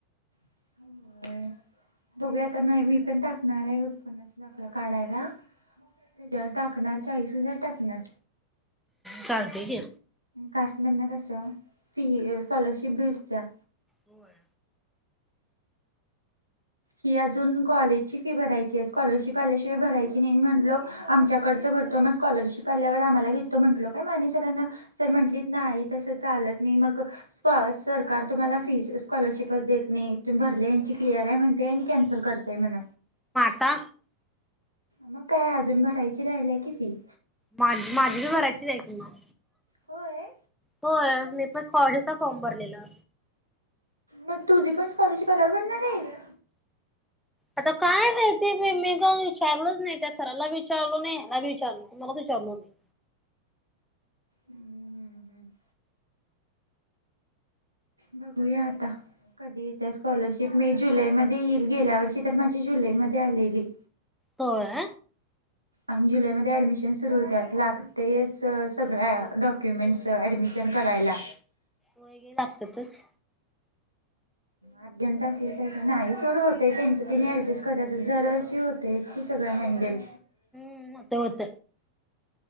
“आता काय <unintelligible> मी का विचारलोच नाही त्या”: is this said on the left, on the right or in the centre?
Centre